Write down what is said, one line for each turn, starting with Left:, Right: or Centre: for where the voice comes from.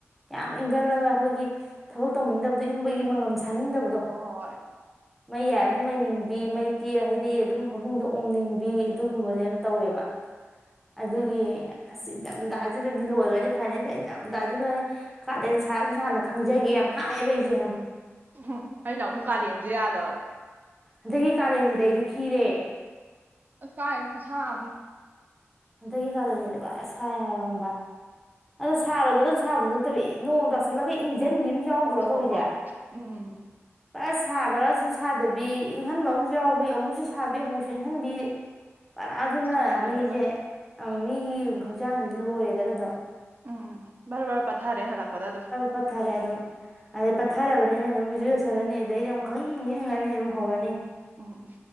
Centre: ꯌꯥꯝ ꯏꯪꯈꯠꯂꯒ ꯑꯩꯈꯣꯏꯒꯤ ꯊꯕꯛ ꯇꯧꯅꯤꯡꯗꯕꯗꯣ ꯏꯪꯕꯒꯤ ꯃꯉꯝꯁꯦ ꯊꯥꯅꯤꯡꯗꯕꯗꯣ
Right: ꯍꯣꯏ ꯍꯣꯏ ꯍꯣꯏ
Centre: ꯃꯩ ꯌꯥꯏ ꯑꯗꯨꯝ ꯂꯩꯅꯤꯡꯕꯤ ꯃꯩ ꯇꯤ ꯍꯥꯏꯗꯤ ꯑꯗꯨꯝ ꯐꯃꯨꯡꯗꯣ ꯑꯣꯝꯅꯤꯡꯕꯤ ꯑꯗꯨꯒꯨꯝꯕꯗꯤ ꯇꯧꯋꯦꯕ ꯑꯗꯨꯒꯤ
Right: ꯎꯝ
Centre: ꯑꯁ ꯏꯊꯝꯊꯥꯁꯤꯗꯗꯤ ꯂꯣꯏꯔꯗꯤ ꯐꯅꯤꯗ ꯏꯊꯝꯊꯥꯁꯤꯗ ꯂꯣꯏꯔ ꯀꯥꯔꯗꯦꯟ ꯁꯥꯔꯁꯨ ꯁꯥꯥꯟꯅ ꯈꯪꯖꯒꯦ ꯌꯥꯝ ꯍꯥꯏꯌꯦꯕ ꯑꯩꯁꯦ
Right: ꯎꯝ ꯑꯩꯅ ꯑꯃꯨꯛ ꯀꯥꯂꯦꯟꯁꯨ ꯌꯥꯗꯕ
Centre: ꯍꯥꯟꯗꯛꯀꯤ ꯀꯥꯂꯦꯟꯁꯤꯗꯤ ꯑꯩꯁꯨ ꯈꯤꯔꯦ
Right: ꯑꯁ ꯀꯥꯏꯗꯩꯅꯣ ꯈꯨꯁꯥ ꯑꯃꯅꯤꯥ
Centre: ꯍꯟꯗꯛꯀꯤ ꯀꯂꯦꯟꯁꯤꯗꯤ ꯄꯨꯔ ꯁꯥꯏ ꯍꯥꯏꯕ ꯍꯥꯟꯗꯛ ꯑꯗꯣ ꯁꯥꯔꯣꯗ ꯑꯗꯨꯝ ꯁꯥꯕꯁꯨ ꯅꯠꯇꯕ ꯅꯣꯡ ꯇꯥꯁꯜꯂꯒ ꯏꯪ ꯖꯟꯕꯤ ꯑꯃꯁꯨ ꯌꯥꯎꯗ꯭ꯔꯣ
Right: ꯍꯣꯏ ꯍꯣꯏ
Centre: ꯇꯧꯔꯤꯁꯦ
Right: ꯍꯣꯏ ꯎꯝ ꯎꯝ
Centre: ꯑꯁ ꯁꯥꯕ꯭ꯔꯥꯁꯨ ꯁꯥꯗꯕꯤ ꯏꯪꯍꯟꯕ ꯑꯃꯁꯨ ꯌꯥꯎꯕꯤ ꯑꯃꯨꯛꯁꯨ ꯁꯥꯕꯤ ꯑꯃꯨꯛꯁꯨ ꯏꯪꯍꯟꯕꯤ ꯑ ꯑꯗꯨꯅ
Right: ꯁꯥꯟꯅꯔꯦꯕ
Centre: ꯃꯤꯖꯦ ꯑꯪ ꯃꯤꯒꯤ ꯍꯛꯆꯥꯡꯒꯤꯗꯤ ꯂꯣꯏꯔꯦꯗꯅ ꯑꯗꯨꯝ
Right: ꯎꯝ ꯕꯔ ꯕꯔ ꯄꯠꯊꯔꯦ ꯍꯜꯂꯛꯄꯗ ꯑꯗꯨꯝ
Centre: ꯄꯊꯔꯦ ꯑꯗꯨꯝ ꯑꯗꯦ ꯄꯊꯔꯕꯅꯤꯅ ꯑꯗꯨꯝ ꯖꯨꯏ ꯁꯜꯔꯅꯤ ꯑꯗꯨꯗꯩꯗꯤ ꯑꯃ ꯈꯪ ꯏꯪ ꯏꯪꯉꯅꯤ ꯑꯗꯨꯝ ꯍꯧꯔꯅꯤ
Right: ꯎꯝ